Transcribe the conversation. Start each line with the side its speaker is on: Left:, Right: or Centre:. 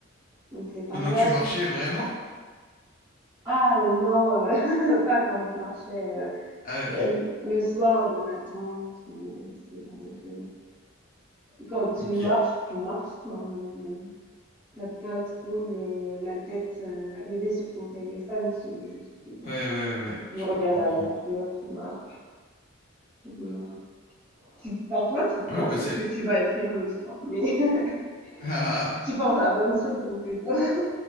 Right: donc c'est pas
Left: Pendant
Right: mal.
Left: que tu marchais, vraiment?
Right: Ah, heu, non, heu, <laughs> pas quand je marchais, heu
Left: Ah, ok.
Right: heu, le soir dans la tente ou heu, ce genre de choses. Quand tu
Left: Ok.
Right: marches,
Left: Ouais,
Right: tu marches, enfin, tu pas trop le la tête, heu, rêvée sur ton téléphone, c'est juste, tu
Left: ouais, ouais.
Right: tu
Left: Je
Right: regardes
Left: comprends.
Right: la nature, tu marches, voilà. Tu parfois, tu penses
Left: Ah ouais, bah
Right: à
Left: c'est...
Right: ce que tu vas
Left: <laughs>
Right: écrire le soir, mais <laughs>
Left: Ah, ah,
Right: tu
Left: ah.
Right: penses à plein de trucs en fait. <laughs>